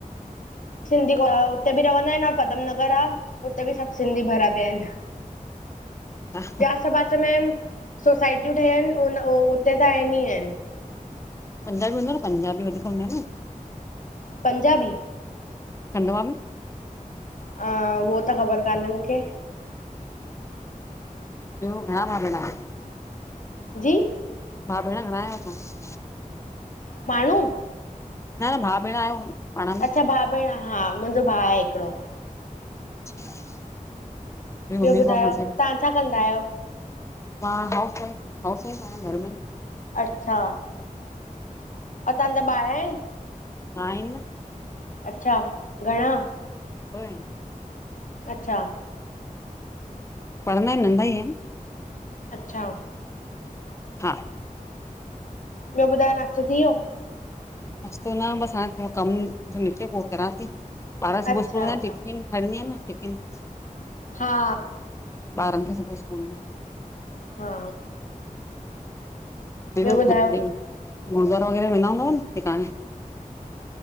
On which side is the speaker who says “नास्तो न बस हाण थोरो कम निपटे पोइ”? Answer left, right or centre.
Left